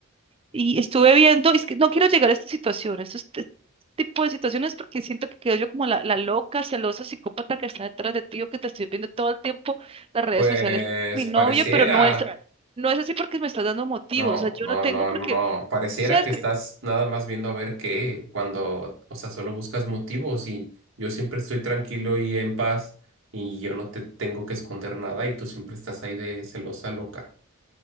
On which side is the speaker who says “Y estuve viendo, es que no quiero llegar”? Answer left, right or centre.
Right